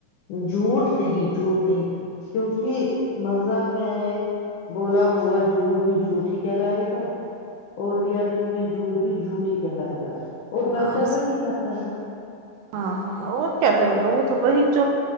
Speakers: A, on the left; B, on the right.
A: جھوٹ نہیں جھوٹ نہیں کیونکہ مذہب میں بولا ہوا جھوٹ بھی جھوٹ ہی کہلائے گا اور رئلٹی میں جھوٹ بھی جھوٹ ہی کہلائے گا اور بچہ
B: ہاں
A: وہی کرتا ہے
B: ہاں ہاں اور کیا کرے گا وہ تو وہی جو